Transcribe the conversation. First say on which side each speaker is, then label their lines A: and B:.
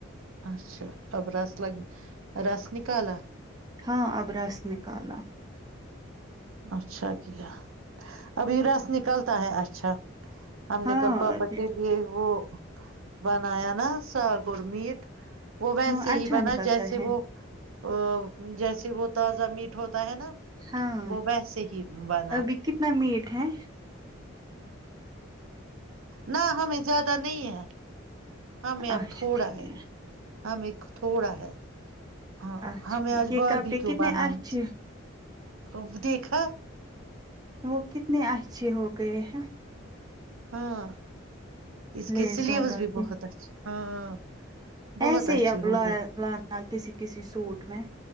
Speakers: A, on the right; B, on the right.
A: اچھا اب رس لگ رس نکالا
B: ہاں ابرس نکالا
A: اچھا کیا اب وراس نکلتا ہے اچھا ہم
B: ہاں
A: نے کلپاپچے لیے وہ بنا نا سالگور میٹ وہ ویسے
B: ہاں اچھا
A: ہی بنا
B: نکلتا
A: جیسے
B: ہے
A: وہ ا جیسے وہ تازہ میٹ ہوتا ہے نا
B: ہاں
A: وہ ویسے ہی بنا
B: ابھی کتنا میٹ ہے
A: نہ ہمیں زیادہ نہیں ہے ہمیں اب
B: اچھا
A: تھوڑا
B: ٹھیک
A: ہے ہمیں تھوڑا ہے ہاں
B: اچھا
A: ہمیں
B: ٹھیک
A: آج
B: یہ
A: بار
B: کپڑے
A: بھی کیوں
B: کتنے
A: بنااہ
B: اچھے
A: دیکھا
B: وہ کتنے اچھے ہو گئے ہیں
A: ہاں اس
B: لیس
A: کے سلیبس
B: لگا
A: بھی
B: کے
A: بہت اچھا ہاں ہاں <unintelligible> بہت
B: ایسے
A: اچھے
B: ہی اب
A: ہو گئے
B: لانا کسی کسی سوٹ میں